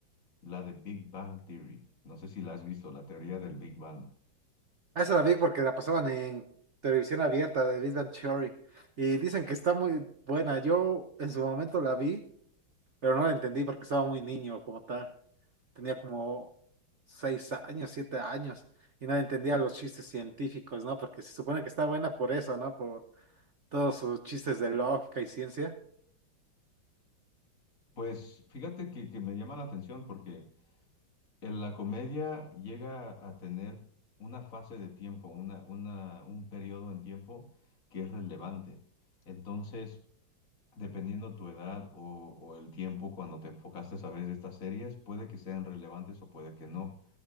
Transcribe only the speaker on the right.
Ah, esa la vi porque la pasaban en televisión abierta de Big Bang Theory y dicen que está muy buena. Yo en su momento la vi, pero no la entendí porque estaba muy niño como tal. tenía como seis años, siete años, y no entendía los chistes científicos, ¿no? Porque se supone que está buena por eso, ¿no? Por todos sus chistes de lógica y ciencia.